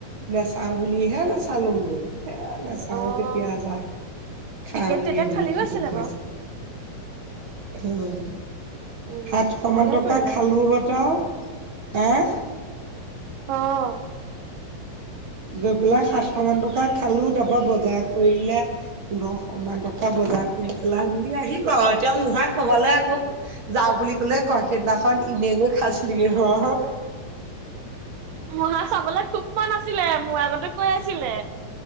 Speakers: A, on the right; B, on the right.
A: নেচাও বুলিহে নেচালুংগে এ নেচ-
B: আৰু
A: চাও তেতিয়া
B: অ
A: যাহ খাওঁগে
B: টিকেট তেতিয়া খালীও
A: বোলো সেইটো
B: আছিলে
A: কোৱাছে
B: বাৰু।
A: - উম,
B: উম,
A: সাতশ
B: ভালে
A: মান টকা
B: কৰিলা।
A: খালো হত আও। হেঁ।
B: অঁ।
A: গৈ পেলাই সাতশ মান টকা খালো তাৰ পৰা বজাৰ কৰিলে। পুন্ধৰসহ মান টকা বজাৰ কৰি পেলাই বুলি আহিব আৰু এতিয়া মোৰহাই কবালে আকৌ যাওঁ বুলি কলে কৈ সিদিনাখন এনেগৈ খাঁছিলি গে নহয়।
B: মূহাৰ চাবলৈ খুব মন আছিলে মোৰ আগতে কৈ আছিলে।